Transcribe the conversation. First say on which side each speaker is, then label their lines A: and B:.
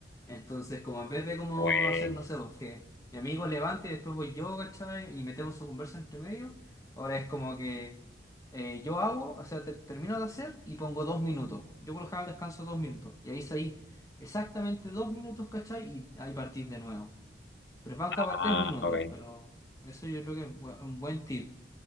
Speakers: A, on the left; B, on the left.
A: Entonces, como en vez de como
B: Bueno.
A: hacer, no sé, pues, que mi amigo levante y después voy yo, ¿cachai? Y metemos su conversa entre medio, ahora es como que eh, yo hago, o sea, te- termino de hacer y pongo dos minutos. Yo por lo general descanso dos minutos. Y ahí salí exactamente dos minutos, ¿cachai? Y ahí partís de nuevo. Pero van
B: Ah,
A: cada tres minutos,
B: bueno.
A: pero eso yo creo que es bu- un buen tip.